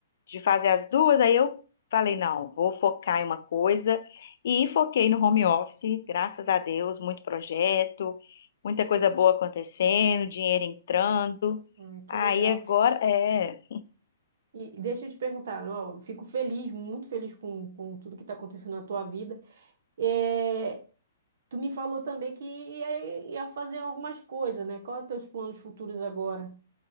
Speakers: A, on the left (about 60°); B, on the right (about 55°).
A: de fazer as duas, aí eu falei, não, vou focar em uma coisa e foquei no home office, graças a Deus, muito projeto, muita coisa boa acontecendo, dinheiro entrando.
B: Ah, que
A: Aí
B: legal.
A: agora, é.
B: E e deixa eu te perguntar, ó, eu fico feliz, muito feliz com, com tudo que está acontecendo na tua vida. É, Tu me falou também que ia, ia fazer algumas coisas, né? Qual é os teus planos futuros agora?